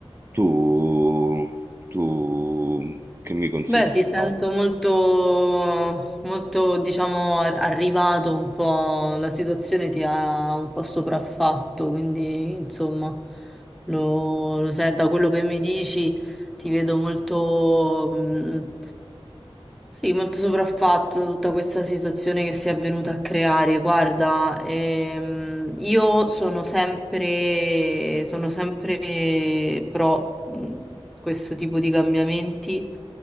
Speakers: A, on the right (about 25°); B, in the centre.
A: Tu, tu che mi consigli
B: Beh, ti sento
A: di fare?
B: molto, molto, diciamo, ar- arrivato un po', la situazione ti ha un po' sopraffatto, quindi, insomma, lo, lo sai, da quello che mi dici ti vedo molto, mh, sì, molto sopraffatto tutta questa situazione che si è venuta a creare. Guarda, ehm, io sono sempre, sono sempre pro mh, questo tipo di cambiamenti